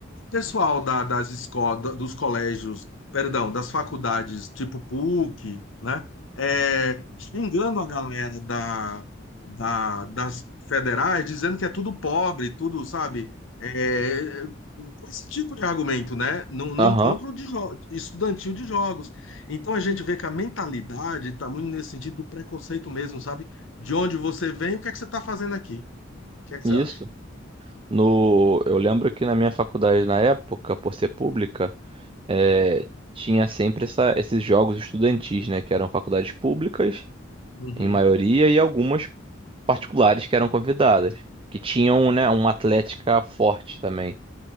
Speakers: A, on the left (about 85°); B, on the right (about 30°).
A: pessoal da- das escolas, dos colégios, perdão, das faculdades tipo PUC, né, é, xingando a galera da, da- das federais, dizendo que é tudo pobre, tudo, sabe, é, com esse tipo de argumento, né, no, no
B: Aham.
A: encontro de jo- estudantil de jogos. Então a gente vê que a mentalidade está muito nesse sentido do preconceito mesmo, sabe? De onde você vem, o que é que você está fazendo aqui? O que é que
B: Isso.
A: você acha?
B: No, eu lembro que na minha faculdade, na época, por ser pública, é, tinha sempre essa- esses jogos estudantis, né? Que eram faculdades públicas,
A: Uhum,
B: em maioria, e algumas particulares que eram convidadas, que tinham, né, uma atlética forte também.